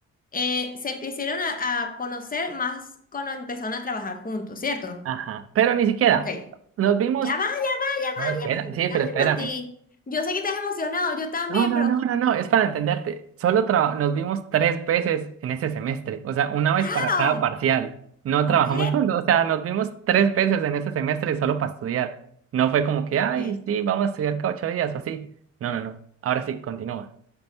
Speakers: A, on the left (about 30°); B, on the right (about 50°).
A: eh, se empezaron a, a conocer más cuando empezaron a trabajar juntos, ¿cierto?
B: Ajá. Pero ni siquiera
A: Ok. Ya
B: nos vimos.
A: va, ya va, ya va,
B: No, espera,
A: ya va,
B: sí, pero espérame.
A: Mati. Yo sé que estás emocionado, yo también,
B: No, no,
A: pero.
B: no, no, no, es para entenderte. Solo tra- nos vimos tres veces en ese semestre, o sea, una vez
A: ¡Ah!
B: para cada parcial. No trabajamos
A: Ok.
B: <laughs> juntos, o sea, nos vimos tres veces en ese semestre solo para estudiar. No fue como que,
A: Ok.
B: ay, sí, vamos a estudiar cada ocho días o así. No, no, no. Ahora sí, continúa.